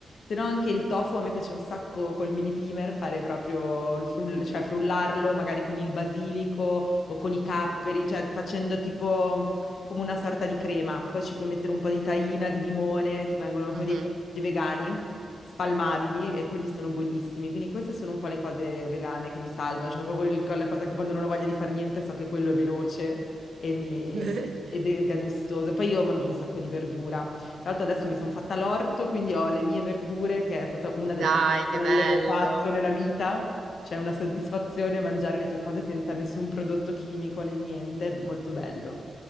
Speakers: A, on the left; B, on the right.
A: Se no anche il tofu a me piace un sacco col mini pimer fare proprio il frull- cioè frullarlo magari con il basilico o con i capperi, cioè facendo tipo mm, come una sorta di crema. Poi ci puoi mettere un po' di tahina, di limone, ti vengono come
B: Mhm.
A: dei piatti vegani spalmabili e quelli sono buonissimi. Quindi queste sono un po' le cose vegane che mi salvano, cioè proprio il- la cosa che quando non ho voglia di fare niente so che quello è veloce e mi-
B: <laughs>
A: ed è, ed è gustoso. E Poi io mangio un sacco di verdura. Tra l'altro adesso mi sono fatta l'orto, quindi ho le mie verdure, che è stata
B: Dai,
A: una delle cose più
B: che
A: belle
B: bello!
A: che ho fatto nella vita. C'è una soddisfazione mangiare le tue cose senza nessun prodotto chimico né niente, molto bello.